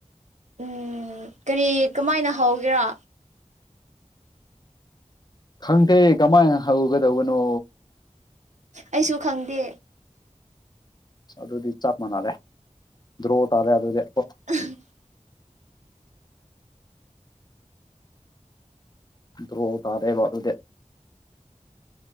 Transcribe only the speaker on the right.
ꯎꯝ ꯀꯔꯤ ꯀꯃꯥꯏꯅ ꯍꯧꯒꯦꯔꯥ꯫
ꯑꯩꯁꯨ ꯈꯪꯗꯦ꯫
<unintelligible>